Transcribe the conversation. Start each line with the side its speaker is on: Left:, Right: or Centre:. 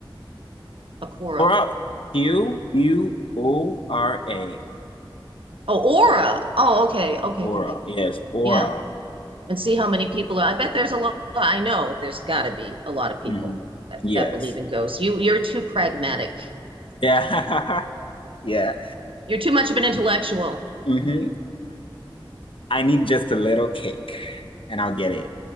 Right: Akora.
Left: Quora, Q U O R A,
Right: Oh, Aura. Oh, okay. Okay.
Left: Quora.
Right: Okay. okay.
Left: Yes, Quora.
Right: Yeah. And see how many people are. I bet there's a lot. I know there's got to be a lot of people
Left: hmm
Right: that,
Left: Yes.
Right: that believe in ghosts. You, you're too pragmatic.
Left: Yeah. <laughs> Yeah.
Right: You're too much of an intellectual.
Left: hmm I need just a little kick and I'll get it.